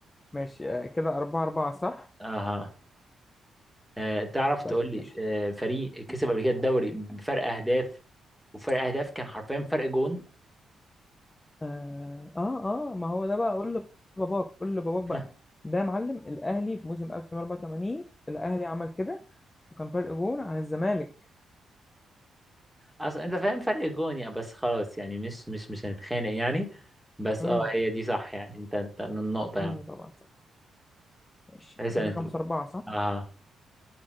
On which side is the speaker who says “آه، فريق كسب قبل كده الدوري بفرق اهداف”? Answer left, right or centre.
Centre